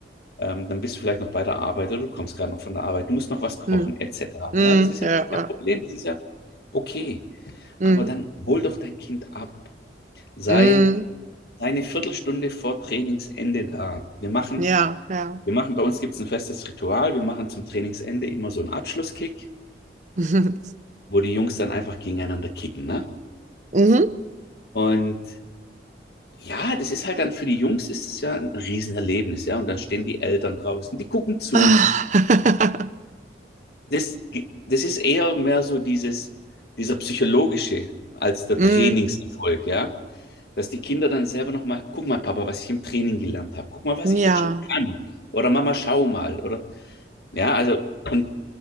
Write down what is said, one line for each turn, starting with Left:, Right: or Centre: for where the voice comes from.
Left: Ähm, dann bist du vielleicht noch bei der Arbeit oder du kommst gerade noch von der Arbeit, du musst noch was kochen,
Right: mhm,
Left: etc.
Right: mhm,
Left: Ja, das ist
Right: ja,
Left: ja alles
Right: ja,
Left: kein Problem, das ist ja okay.
Right: mhm,
Left: Aber dann hol doch dein Kind ab. Sei,
Right: mhm,
Left: sei eine Viertelstunde vor Trainingsende da. Wir machen
Right: ja, ja.
Left: Wir machen, bei uns gibt es ein festes Ritual. Wir machen zum Trainingsende immer so einen Abschlusskick,
Right: <laughs>
Left: wo die Jungs dann einfach gegeneinander kicken, ne?
Right: Mhm.
Left: Und ja, das ist halt dann für die Jungs ist es ja ein Riesenerlebnis, ja. Und dann stehen die Eltern draußen, die gucken zu.
Right: Ah.
Left: Das, das ist eher mehr so dieses, dieser psychologische als
Right: <laughs>
Left: der Trainingserfolg,
Right: Mm,
Left: ja. Dass die Kinder dann selber nochmal, guck mal, Papa, was ich im Training gelernt habe. Guck mal, was
Right: ja,
Left: ich jetzt schon kann. Oder Mama, schau mal. Oder ja, also, und